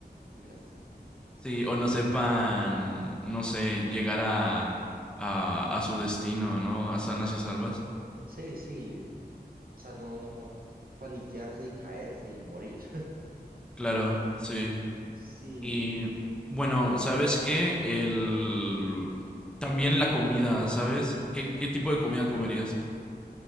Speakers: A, on the right (about 60°); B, in the centre.
A: Gracias.
B: Sí, o no sepan, no sé, llegar a, a, a su destino, ¿no? A sanas y salvas.
A: Sí, sí. O sea, no, no paniquearse y caerse y morir. <laughs>
B: Claro, sí.
A: Sí,
B: Y bueno, ¿sabes qué? El... También la comida, ¿sabes? ¿Qué, qué tipo de comida comerías?